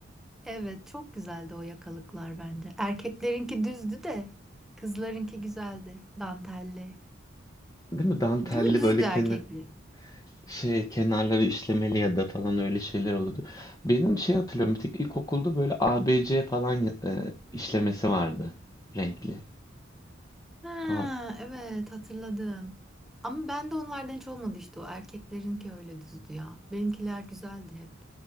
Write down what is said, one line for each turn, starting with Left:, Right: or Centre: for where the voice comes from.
Centre: Evet, çok güzeldi o yakalıklar bence. Erkeklerinki düzdü de kızlarınki güzeldi. Dantelli.
Left: Değil mi? Dantelli
Centre: Değil mi? Düzdü
Left: böyle
Centre: erkekli.
Left: kenar şey kenarları işlemeli ya da falan öyle şeyler olurdu. Benim şey hatırlıyorum. Bir tek ilkokulda böyle A B C falan ya- e, işlemesi vardı renkli.
Centre: Ha,
Left: Aa,
Centre: evet hatırladım. Ama ben de onlardan hiç olmadı işte o erkeklerinki öyle düzdü ya. Benimkiler güzeldi hep.